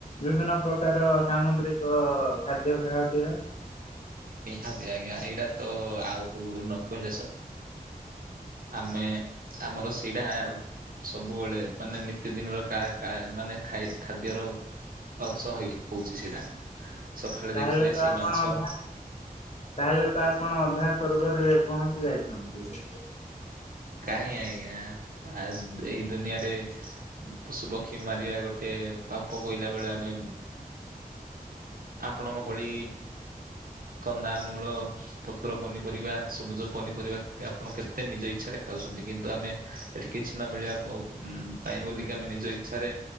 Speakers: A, on the left; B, on the right.
A: ବିଭିନ୍ନ ପ୍ରକାର ସାମୁଦ୍ରିକ ଖାଦ୍ୟ ଖାଉଥିବେ।
B: ନିହାତି ଆଜ୍ଞା ଏଇଟା ତ ଆଉ ନ କହିଲେ ସ ଆମେ ଆମର ସେଇଟା ସବୁବେଳେ ମାନେ ନିତି ଦିନର ଖା ଖା ମାନେ ଖାଇ ଖାଦ୍ୟର ଅଂଶ ହେଇ ହଉଛି ସେଇଟା ସକାଳେ
A: ତାହେଲେ
B: ଦେଖିଲେ
A: ତ
B: ସେଇ
A: ଆପଣ
B: ମାଛ
A: ଅଧା ତାହେଲେ ତ ଆପଣ ଅଧା ସ୍ବର୍ଗରେ ପହଞ୍ଚି ଯାଇଛନ୍ତି।
B: କାହିଁ ଆଜ୍ଞା ଏଇ ଦୁନିଆରେ ପଶୁ ପକ୍ଷୀ ମାରିବା ଗୋଟେ ପାପ କଇଲା ଭଳିଆ ଆମେ ଆପଣଙ୍କ ଭଳି କନ୍ଦାମୂଳ ପତ୍ର ପନିପରିବା ସବୁଜ ପନିପରିବା ଆପଣ କେତେ ନିଜ ଇଚ୍ଛାରେ ଖାଉଛନ୍ତି କିନ୍ତୁ ଆମେ ଏଠି କିଛି ନ ମିଳିବା ପାଇଁ ବୋଲିକି ଆମେ ନିଜ ଇଚ୍ଛାରେ